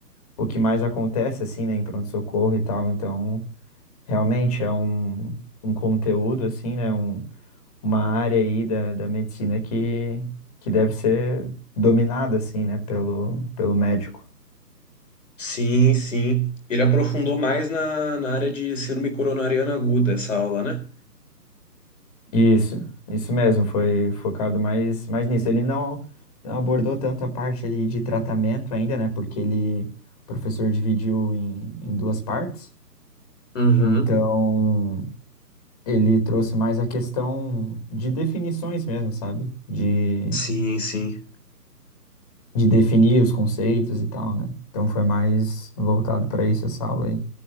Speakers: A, on the left; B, on the left.
A: o que mais acontece, assim, né, em pronto-socorro e tal. Então. Realmente é um, um conteúdo, assim, né? Um, uma área aí da, da medicina que, que deve ser dominada, assim, né? Pelo, pelo médico.
B: Sim, sim. Ele aprofundou mais na, na área de síndrome coronariana aguda, essa aula, né?
A: Isso, isso mesmo, foi focado mais, mais nisso. Ele não, não abordou tanto a parte ali de tratamento ainda, né? Porque ele, o professor dividiu em, em duas partes.
B: Uhum.
A: Então, ele trouxe mais a questão de definições mesmo, sabe? De
B: Sim, sim.
A: de definir os conceitos e tal, né? Então foi mais voltado para isso essa aula aí.